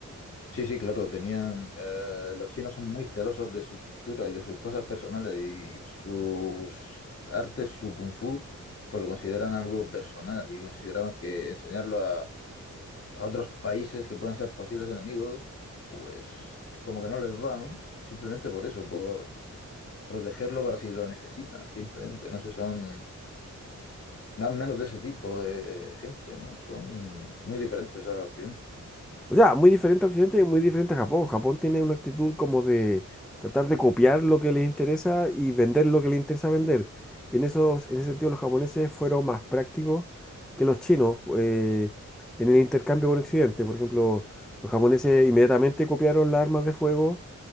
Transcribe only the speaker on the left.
sí, sí, claro, tenían, eh, los chinos son muy celosos de su cultura y de sus cosas personales y sus artes, su kung fu, pues lo consideran algo personal y consideraban que enseñarlo a otros países que puedan ser posibles enemigos, pues como que no les va, ¿no? Simplemente por eso, por protegerlo para si lo necesitan, simplemente, no sé, son más o menos de ese tipo de gente, ¿no? Son muy diferentes a Occidente.